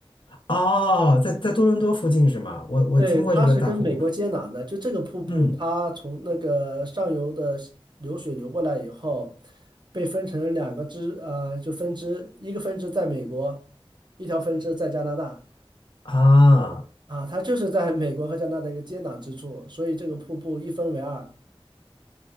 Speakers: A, on the left; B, on the right.
A: 哦，在在多伦多附近是吗？我我听过这个大瀑布，
B: 对，它是跟美国接壤的，就这个瀑布，
A: 嗯
B: 它从那个上游的西流水流过来以后，被分成两个支，呃，就分支，一个分支在美国，一条分支在加拿大。
A: 啊。
B: 啊，它就是在美国和加拿大的一个接壤之处，所以这个瀑布一分为二。